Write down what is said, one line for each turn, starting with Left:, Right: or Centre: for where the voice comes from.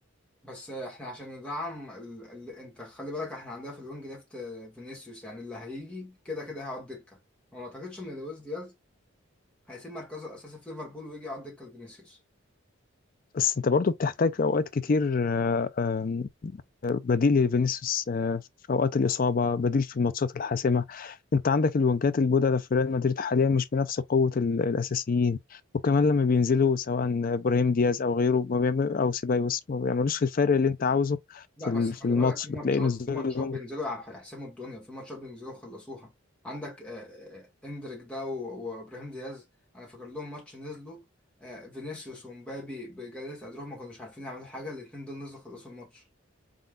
Centre: بس احنا عشان ندعم ال... ال... انت خلي بالك احنا عندنا في الوينج ليفت فينيسيوس يعني اللي هيجي كده كده هيقعد دكة وما اعتقدش ان لويس دياز هيسيب مركزه الاساسي في ليفربول ويجي يقعد دكة لفينيسيوس
Left: بس انت برضو بتحتاج في اوقات كتير آه، آم، آه، بديل لفينيسيوس آه، في اوقات الاصابه بديل في الماتشات الحاسمه انت عندك الوينجات البودلة في ريال مدريد حاليا مش بنفس قوه ال- الاساسيين وكمان لما بينزلوا سواء ابراهيم دياز او غيره ما بيعمل او سيبايوس ما بيعملوش الفرق اللي انت عاوزه
Centre: لا
Left: في
Centre: بس
Left: ال-
Centre: خلي
Left: في الماتش
Centre: بالك في ماتشات
Left: بتلاقي نزولهم
Centre: في ماتشات بينزلوا يحسموا الدنيا في ماتشات بينزلوا يخلصوها عندك آه، آه، اندريك ده و- وابراهيم دياز انا فاكر لهم ماتش نزلوا آه، فينيسيوس ومبابي بجلالة قدرهم ما كانوش عارفين يعملوا حاجة الاتنين دول نزلوا خلصوا الماتش